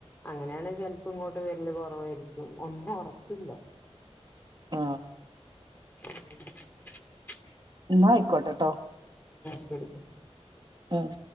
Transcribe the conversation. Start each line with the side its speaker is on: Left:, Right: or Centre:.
Left: അങ്ങനെയാണെ ചെലപ്പോ ഇങ്ങോട്ട് വരല് കൊറവായിരിക്കും ഒന്നും ഉറപ്പില്ല
Right: ആ
Left: ഉം
Right: എന്നാ ആയിക്കോട്ടെ ട്ടോ
Left: <inaudible>
Right: ആഹ